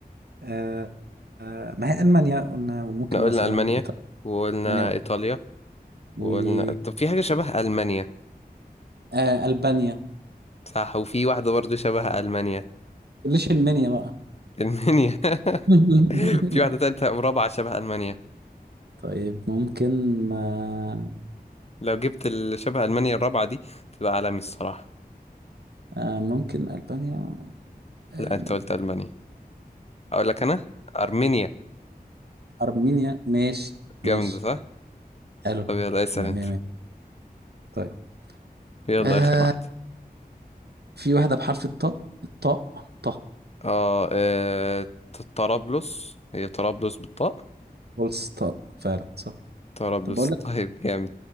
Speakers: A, on the right (about 85°); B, on the left (about 40°).
A: آه آه ما هي ألمانيا قلنا وممكن
B: احنا قلنا
A: مثلا
B: المانيا
A: إيطاليا
B: وقلنا
A: ألمانيا و
B: ايطاليا
A: و-
B: وقلنا طب في حاجة شبه المانيا
A: آه ألبانيا ما
B: صح وفي واحدة برضو شبه المانيا
A: تقوليش المنيا بقى
B: <laughs> المانيا <laughs>
A: <laughs>
B: وفي واحدة تالتة ورابعة شبه المانيا
A: طيب ممكن آه
B: لو جبت ال- شبه المانيا الرابعة دي تبقى عالمي الصراحة
A: آه ممكن ألبانيا آه
B: لا انت قلت المانيا اقول لك انا ارمينيا
A: أرمينيا ماشي ماشي
B: جامدة صح
A: حلو
B: طب يلا اسأل
A: لا
B: انت
A: مية مية طيب
B: يلا
A: آه
B: اخر واحدة
A: في واحدة بحرف الطاء الطاء طه
B: اه, آه... ط- طرابلس هي طرابلس بالطاء
A: بولس طاء فعلا صح
B: طرابلس
A: طب بقول لك
B: <laughs> طيب جامد